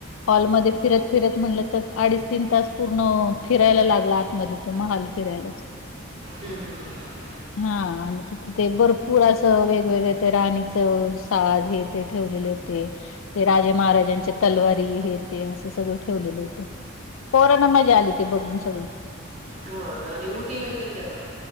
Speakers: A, on the left; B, on the right.
A: हॉलमध्येध्ये फिरत फिरत म्हणलं तर अडीच तीन तास पूर्ण फिरायला लागला आतमध्ये तो महाल फिरत ला
B: हम् हम
A: हा तिथे ते भरपूर असं वेगवेगळ राणीचं साज हे ते ठ ठेवलेले होते ते राजे महाराजांच्या तलवारी असं सगळं ठेवलेलं होतं कोरोना मजा आली ते बघून सगळं
B: हा आणि उटीला गेल त्या का